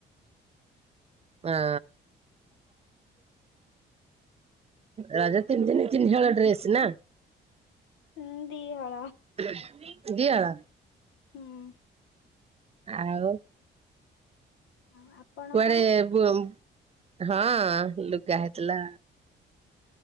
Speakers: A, on the right; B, on the left.
A: ଆଁ। ରଜ ତିନିଦିନି ତିନିହଳ ଡ୍ରେସ୍ ନା?
B: ହୁଁ ଦି ହଳ।
A: <unintelligible> ଦି ହଳ?
B: ହୁଁ।
A: ଆଉ?
B: ଆଉ ଆପଣଙ୍କର?
A: କୁଆଡେ ବୁ ହଁ ଲୁଗାହେଇଥିଲା।